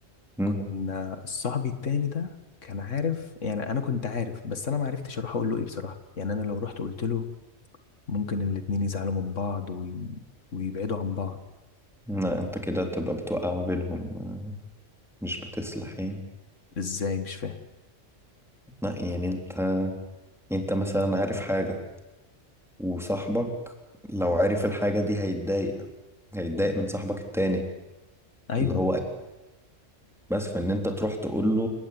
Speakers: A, in the centre; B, on the left.
A: مم.
B: كان صاحبي التاني ده كان عارف يعني انا كنت عارف بس انا ما عرفتش اروح اقول له ايه بصراحه يعني انا لو رحت قلت له ممكن الاتنين يزعلوا من بعض وي... ويبعدوا عن بعض
A: لا أنت كده تبقى بتوقع ما بينهم آه، مش بتصلح يعني
B: ازاي مش فاهم
A: لا يعني أنت أنت مثلا عارف حاجة وصاحبك لو عرف الحاجة دي هيتضايق هيتضايق من صاحبك التاني
B: ايوه
A: اللي هو بس فان انت تروح تقول له